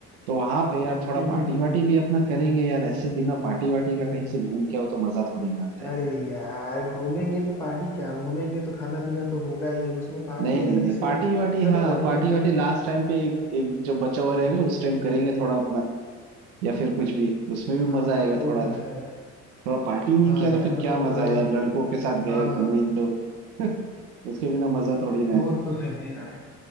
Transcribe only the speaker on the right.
तो वहां पे यार थोड़ा
पार्टी वार्टी भी अपना करेंगे यार ऐसे बिना पार्टी वार्टी का कहीं से घूम के आओ तो मजा थोड़ी ना आता
है
नहीं नहीं
नहीं
पार्टी वार्टी हाँ
पार्टी
वार्टी लास्ट टाइम पे एक एक जब बचा हुआ रहेगा उस टाइम करेंगे थोड़ा अपना या फिर कुछ भी उसमें भी
मजा आएगा
थोड़ा
थोड़ा पार्टी नहीं
किया
तो फिर
क्या
मजा है यार लड़कों के साथ गए
घूमे
तो <laughs> उसके बिना मजा थोड़ी ना
है